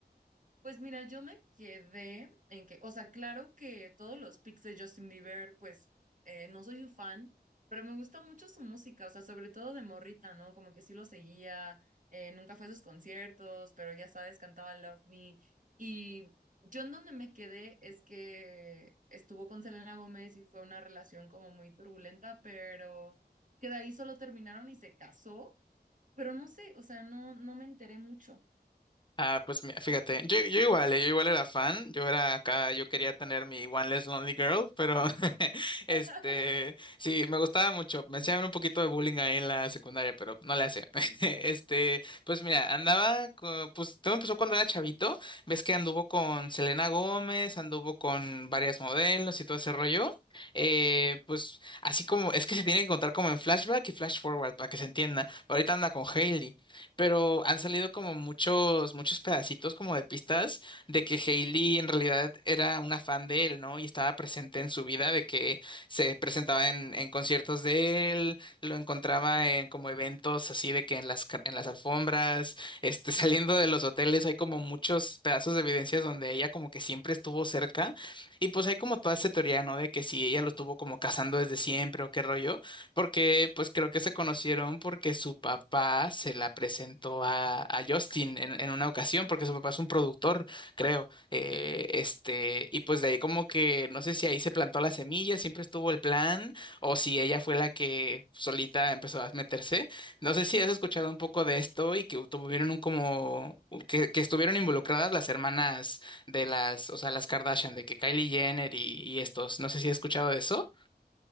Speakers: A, on the right; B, on the left.
A: Pues mira, yo me quedé en que, o sea, claro que todos los pics de Justin Bieber, pues eh, no soy su fan, pero me gusta mucho su música, o sea, sobre todo de morrita, ¿no? Como que sí lo seguía, eh, nunca fue a sus conciertos, pero ya sabes, cantaba Love Me. Y yo en donde me quedé es que estuvo con Selena Gómez y fue una relación como muy turbulenta, pero que de ahí solo terminaron y se casó, pero no sé, o sea, no, no me enteré mucho.
B: Ah, pues mira, fíjate, yo, yo igual, eh, yo igual era fan, yo era acá, yo quería tener mi One Less Lonely Girl, pero <laughs> este,
A: <laughs>
B: sí, me gustaba mucho, me hacían un poquito de bullying ahí en la secundaria, pero no le hacía. <laughs> Este, pues mira, andaba, co- pues todo empezó cuando era chavito, ves que anduvo con Selena Gómez, anduvo con varias modelos y todo ese rollo. Eh, pues así como es que se tiene que contar como en flashback y flash forward para que se entienda. Ahorita anda con Hailey pero han salido como muchos, muchos pedacitos como de pistas de que Hailey en realidad era una fan de él, ¿no? Y estaba presente en su vida, de que se presentaba en, en conciertos de él, lo encontraba en como eventos así de que en las, ca- en las alfombras, este, <laughs> saliendo de los hoteles, hay como muchos pedazos de evidencias donde ella como que siempre estuvo cerca. Y pues hay como toda esta teoría, ¿no? De que si ella lo estuvo como cazando desde siempre o qué rollo. Porque pues creo que se conocieron porque su papá se la presentó a, a Justin en, en una ocasión, porque su papá es un productor, creo. eh, este, y pues de ahí como que no sé si ahí se plantó la semilla, siempre estuvo el plan, o si ella fue la que solita empezó a meterse. No sé si has escuchado un poco de esto y que tuvieron un como que, que estuvieron involucradas las hermanas de las, o sea, las Kardashian, de que Kylie Jenner y, y estos. No sé si has escuchado de eso.